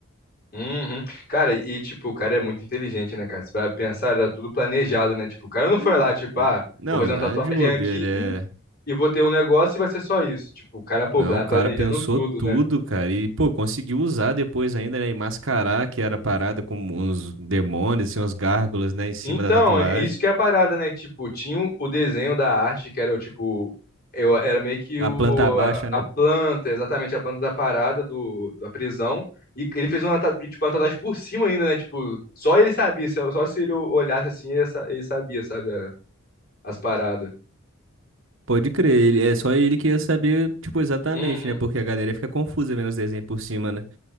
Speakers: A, on the left; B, on the right.
A: Uhum. Cara, e tipo, o cara é muito inteligente, né, cara? Você vai pensar, era tudo planejado, né? Tipo, o cara não
B: Pô,
A: foi lá, tipo,
B: hum,
A: ah,
B: não,
A: vou fazer
B: não
A: uma tatuagem
B: é de bobeira,
A: aqui
B: é...
A: e vou ter um negócio e vai ser só isso. Tipo, o cara, pô,
B: Não,
A: tá
B: o cara
A: planejando
B: pensou
A: tudo,
B: tudo,
A: né?
B: cara. E, pô, conseguiu usar depois ainda, né? E mascarar que era a parada com uns demônios, assim, uns gárgulas, né? Em cima
A: Então,
B: da tatuagem.
A: é isso que é a parada, né? Tipo, tinha o o desenho da arte, que era o tipo. Eu, era meio que
B: A
A: o,
B: planta baixa,
A: a, a
B: né?
A: planta, exatamente, a planta da parada do, da prisão. E ele fez uma, ta- e, tipo, uma tatuagem por cima ainda, né? Tipo, só ele sabia, só, só se ele olhasse assim, ele, sa- ele sabia, sabe? a- as paradas.
B: Pode crer,
A: Porque-
B: ele, é só ele que ia saber, tipo, exatamente,
A: Uhum.
B: né? Porque a galera fica confusa vendo os desenhos por cima, né?